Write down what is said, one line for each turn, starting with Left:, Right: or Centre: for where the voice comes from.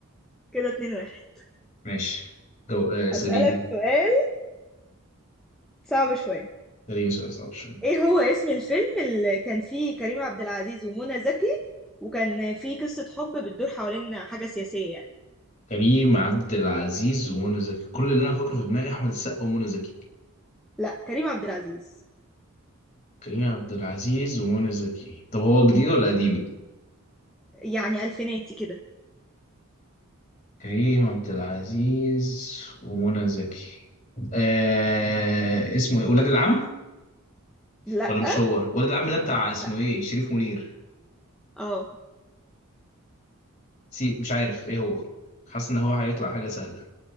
Centre: كده اتنين واحد
Left: ماشي جو... آه سليم
Centre: هسألك سؤال صعب شوية
Left: سليم سؤال صعب شوية
Centre: ايه هو اسم الفيلم اللي كان فيه كريم عبد العزيز ومنى زكي وكان فيه قصة حب بتدور حوالين حاجة سياسية يعني
Left: كريم عبد العزيز ومنى زكي كل اللي انا فاكره في دماغي احمد السقا ومنى زكي
Centre: لا كريم عبد العزيز
Left: كريم عبد العزيز ومنى زكي طب هو جديد ولا قديم
Centre: يعني ألفيناتي كده
Left: كريم عبد العزيز ومنى زكي آه اسمه ايه ولاد العم
Centre: لأ
Left: ولا مش هو ولاد العم ده بتاع اسمه
Centre: لأ
Left: ايه شريف منير
Centre: اه
Left: سي مش عارف ايه هو حاسس ان هو هيطلع حاجه سهله